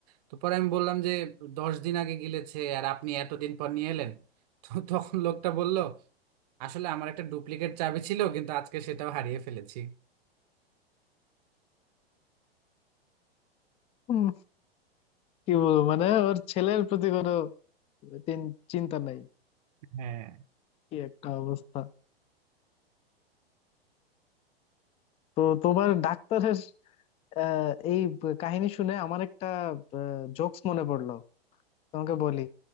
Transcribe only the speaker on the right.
তো পরে আমি বললাম যে দশ দিন আগে গিলেছে আর আপনি এতদিন পর নিয়ে এলেন তো তখন লোকটা বলল আসলে আমার একটা ডুপ্লিকেট চাবি ছিল কিন্তু আজকে সেটাও হারিয়ে ফেলেছি
হ্যাঁ